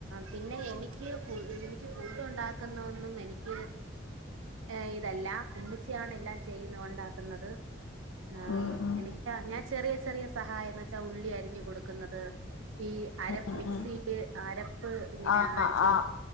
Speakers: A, on the right; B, on the left.
A: പി പിന്നെ എനിക്ക് എനിക്ക് ഫുഡ് ഉണ്ടാക്കുന്ന ഒന്നും എനിക്ക് ഏഇതല്ല ഉമ്മിച്ചാണ് എല്ലാം ചെയ്യുന്ന ഉണ്ടാക്കുന്നത് ആ്
B: ഉം ഉം
A: എനക്ക് ഞാൻ ചെറിയ ചെറിയ സഹായംന്ന് വെച്ചാ ഉള്ളി അരിഞ്ഞു കൊടുക്കും ഈ അര്
B: ഉം
A: മിക്സിയില്
B: ഉം
A: അരപ്പ് ഇങ്ങനെ
B: ആഹ്
A: അടച്ച്
B: ആഹ്